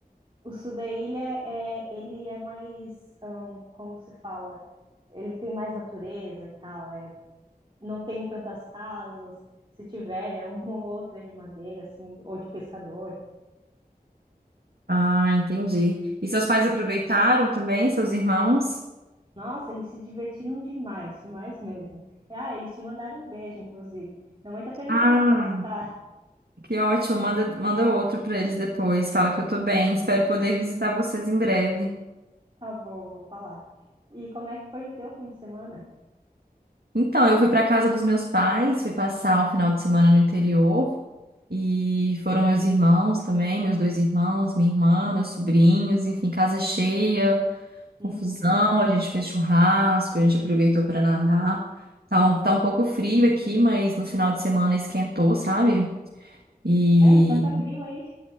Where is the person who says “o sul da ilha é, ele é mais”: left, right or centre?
Right